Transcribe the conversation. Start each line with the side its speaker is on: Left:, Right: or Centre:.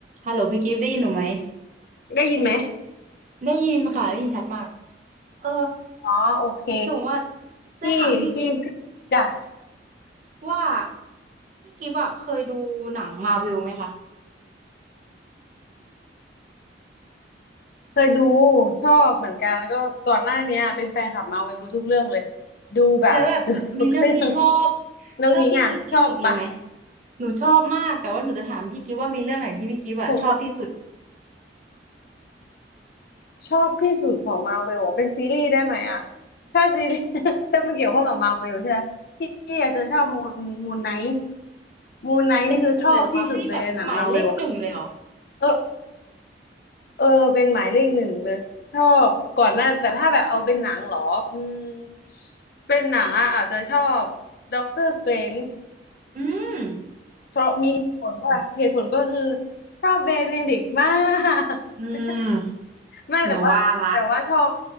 Right: ฮัลโหลพี่กิฟต์ได้ยินหนูไหม
Left: ได้ยินไหม
Right: ได้ยินค่ะได้ยินชัดมากเออ
Left: อ๋อโอเค
Right: หนูอ่ะจะถามพี่กิฟต์
Left: พี่พี่จ้ะ
Right: ว่าพี่กิฟต์อ่ะเคยดูหนังมาเวลไหมคะ
Left: เคยดูชอบเหมือนกันแล้วก็ก่อนหน้าเนี้ยเป็นแฟนคลับมาเวลรู้ทุกเรื่องเลย ดูแบบ
Right: แล้วแบบมีเรื่องที่ชอบ
Left: <laughs> ดูทุกเรื่องน้องนิ้งอ่ะชอบปะ
Right: ชอบที่สุดที่สุดเลยไหมหนูชอบมากแต่ว่าหนูจะถามพี่กิฟต์ว่ามีเรื่องไหนที่พี่กิฟต์อ่ะชอบที่สุด
Left: ของมาชอบที่สุดของมาเวลอเป็นซีรีส์ได้ไหมอ่ะถ้าซีรีส์ <laughs> ถ้ามันเกี่ยวข้องกับมาเวลใช่ไหม พี่อาจจะชอบมูนมูนไนท์มูนไนท์นี่คือชอบที่สุดเลยหนังมาเวลอ่ะ
Right: เป็นที่สุดเลยเหรอคะให้แบบหมายเลขหนึ่งเลยเหรอ
Left: เออ เออเป็นหมายเลขหนึ่งเลยชอบก่อนหน้าแต่ถ้าแบบเอาเป็นหนังเหรออืมเป็นหนังอ่ะอาจจะชอบด็อกเตอร์สเตรน
Right: อืม
Left: เพราะมีเหตุผลว่าเหตุผลก็คือชอบเบเนดิกต์มาก
Right: อืม
Left: <laughs> ไม่แต่ว่าแต่ว่าชอบ
Right: หนูว่าละ